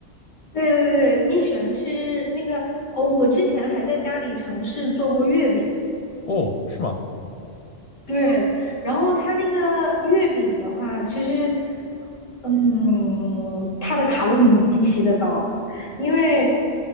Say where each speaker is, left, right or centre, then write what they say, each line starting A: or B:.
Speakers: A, on the left; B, on the left.
A: 对对对，你喜欢吃那个哦？我之前还在家里尝试做过月饼，
B: 哦，是吗？
A: 对，然后它那个月饼的话，其实，嗯，它的卡路里极其的高，因为，